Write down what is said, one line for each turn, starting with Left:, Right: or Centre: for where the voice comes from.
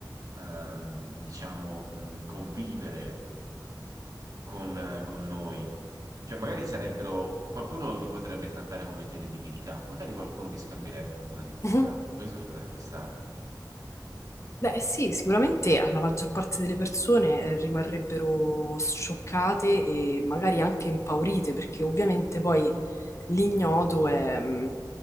Right: ehm, diciamo, mh, convivere con, eh, con noi. Cioè, magari sarebbero, qualcuno li potrebbe trattare come delle divinità, magari qualcuno li scambierebbe come una divinità.
Left: <laughs>
Right: Questo ci potrebbe stare.
Left: Beh, sì, sicuramente alla maggior parte delle persone eh, rimarrebbero scioccate e magari anche impaurite, perché ovviamente poi l'ignoto è, mm,